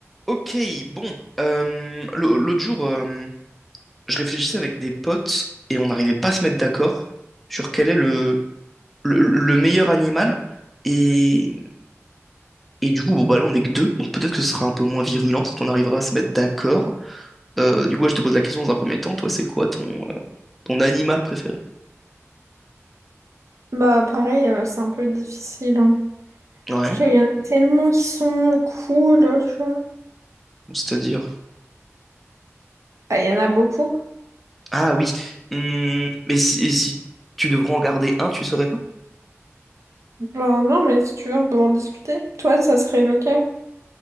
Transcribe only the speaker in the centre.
Ok, bon. euh, l'au- l'autre jour, euh, je réfléchissais avec des potes et on n'arrivait pas à se mettre d'accord sur quel est le, le, le meilleur animal. Et, et du coup, bon, bah là, on n'est que deux, donc peut-être que ce sera un peu moins virulent, peut-être qu'on arrivera à se mettre d'accord. Euh, du coup, ouais, je te pose la question dans un premier temps. Toi, c'est quoi ton, euh, ton animal préféré?
Ouais,
c'est-à-dire.
Ah oui. Hum, mais si, et si tu devrais en garder un, tu saurais pas?